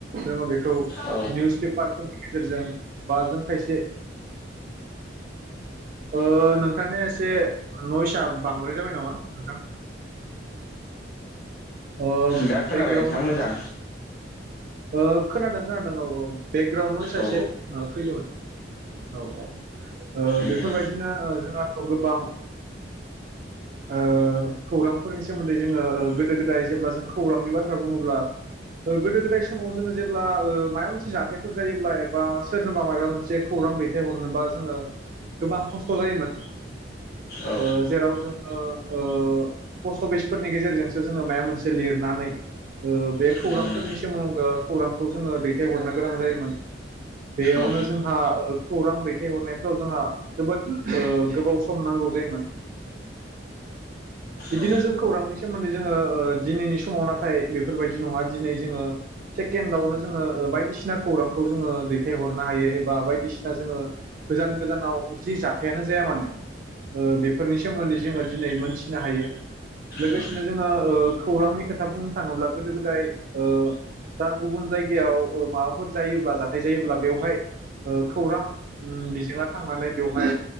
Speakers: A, on the right (about 50°); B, on the left (about 55°).
A: जोङो बेखौ
B: औ
A: निउस पेपारफोरनि गेजेरजों। बा जों खायसे ओ नोंथांनि एसे नयसआ बांद्राय जाबाय नामा नोंथां। अ
B: दा खोनाबाय
A: बेकग्राउन्ड
B: नोंथाङा
A: आ
B: मोजां
A: ओ खोनादों खोनादों औ औ बेकग्राउन्ड नइसा
B: औ
A: एसे। फैदोमोन। औ-औ ओ
B: उम
A: बेफोरबायदिनो ओ जोंहा खौ गोबां ओ खौरांफोरनि सोमोन्दै जोङो ओ गोदो गोदाय जेब्ला जों खौरांनि बाथ्रा बुङोब्ला ओ गोदो गोदाय समाव जोङो जेब्ला ओ माबा मोनसे जाथायफोर जायोब्ला एबा सोरनोबा मायबा मोनसे खौरां दैथाय हरनोबा जोङो गोबां खस्थ' जायोमोन
B: औ
A: ओ जेराव जोङो ओ पस्ट अफिसफोरनि गेजेरजोंसो जोङो माइबा मोनसे लिरनानै ओ बे खौरांफोरनि
B: उम
A: सोमोन खौरांखौ जोङो दैथायहरनो गोनां जायोमोन। बेयावनो
B: औ
A: जोंहा खौरां दैथायहरनायफ्राव जोंहा जोबोद ओ गोबाव सम नांगौ जायोमोन बिदिनो
B: उम औ
A: जों खौरांनि सोमोन्दै जोङो ओ दिनैनि समाव नाथाय बेफोरबायदि नङा दिनै जोङो सेकेणडआवनो जोङो ओ बायदिसिना खौरांखौ जोङो दैथ हरनो हायो एबा बायदिसिना जोङो गोजान गोजानाव जि जाथायानो जाया मानो ओ बेफोरनि सोमोन्दै जोङो दिनै मोनथिनो हायो लोगोसेनो
B: उम
A: जोङो ओ खौरांनि खोथा बुंनो थाङोब्ला गोदो गोदाय ओ दा गुबुन जायगायाव ओ माबाफोर जायोब्ला जाथाय जायोब्ला बेवहाय ओ खौरां बिजोङा थांनानै बेवहाय